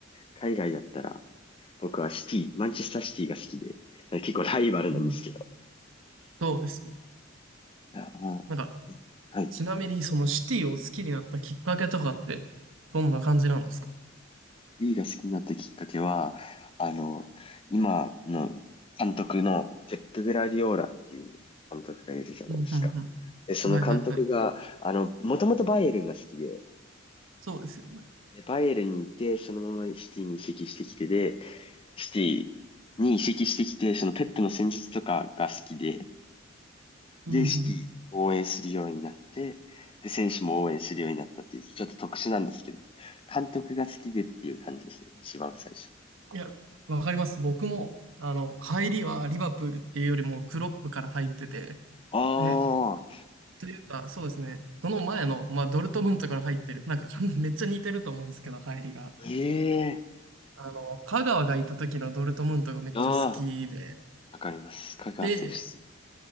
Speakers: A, on the left; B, on the right.
A: 海外だったら、僕はシティ、マンチェスターシティが好きで、結構ライバルなんですけど。
B: うんそうですね。
A: いやまあ
B: なんか、
A: はい
B: ちなみに、そのシティを好きになったきっかけとかって、どんな感じなんですか
A: D が好きになったきっかけは、あの、今の監督のペップ・グラディオーラっていう監督がいるじゃないですか。
B: うん、うん、
A: で、その監督が、
B: うん。はい、はい、はい。
A: あの、もともとバイエルンが好きで、
B: そうですよね。
A: で、バイエルンにいて、そのままシティに移籍してきてで、シティに移籍してきて、そのペップの戦術とかが好きで、
B: うん、
A: で、
B: うん。
A: シティを応援するようになって、で、選手も応援するようになったっていう、ちょっと特殊なんですけど、監督が好きでっていう感じですね、一番最初。
B: いや、わかります。僕も、あの、入りはリバプールっていうよりも、クロップから入ってて、
A: ああ、
B: で、というか、そうですね。その前の、まあ、ドルトムントから入ってる。なんか、<laughs> めっちゃ似てると思うんですけど、入りが。
A: ええ
B: あの、香川がいた時のドルトムントがめっちゃ好きで、
A: ああ、わかります。香川選手。
B: で、